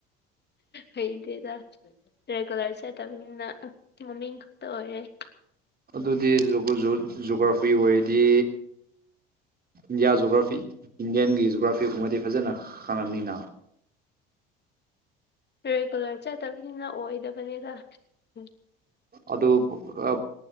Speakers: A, on the left (about 35°); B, on the right (about 30°).
A: ꯍꯩꯇꯦꯗ ꯔꯦꯒꯨꯂꯔ ꯆꯠꯇꯕꯅꯤꯅ ꯃꯃꯤꯡ <unintelligible>
B: ꯑꯗꯨꯗꯤ ꯖꯣꯛ ꯖꯣ ꯖꯣꯒ꯭ꯔꯥꯐꯤ ꯑꯣꯏꯔꯗꯤ ꯏꯟꯗꯤꯌꯥ ꯖꯣꯒ꯭ꯔꯥꯐꯤ ꯏꯟꯗꯤꯌꯥꯟꯒꯤ ꯖꯣꯒ꯭ꯔꯥꯐꯤ ꯒꯨꯝꯕꯗꯤ ꯐꯖꯅ ꯈꯡꯂꯝꯅꯤꯅ
A: ꯔꯦꯒꯨꯂꯔ ꯆꯠꯇꯕꯅꯤꯅ ꯑꯣꯏꯗꯕꯅꯤꯗ ꯇꯥꯕ ꯉꯝꯗꯕ
B: ꯑꯗꯨ ꯑ